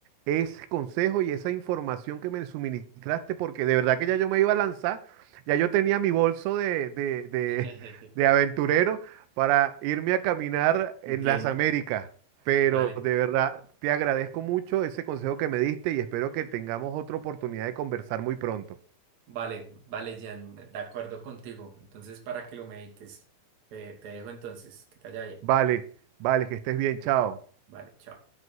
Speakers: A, on the right (about 85°); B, on the right (about 40°).
A: ese consejo y esa información que me suministraste porque de verdad que ya yo me iba a lanzar ya yo tenía mi bolso de, de, de-
B: <laughs>
A: de aventurero para irme a caminar en
B: Entiendo.
A: las Américas, pero
B: Vale,
A: de verdad te agradezco mucho ese consejo que me diste y espero que tengamos otra oportunidad de conversar muy pronto.
B: vale, vale, Jan, de acuerdo contigo. Entonces, para que lo medites, te, te dejo entonces, que te vaya bien.
A: Vale, vale, que estés bien, chao.
B: Vale, chao.